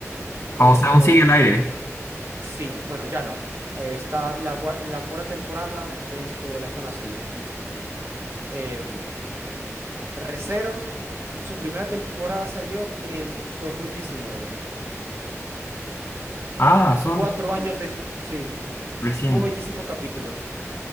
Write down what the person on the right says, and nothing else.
Esto,
sí, bueno, ya no. Eh, está la, cua- la cuarta temporada, esto la están haciendo en este instante. Em, Re:Zero, su primera temporada salió en 2019.
Cuatro años después, sí,
tuvo 25 capítulos.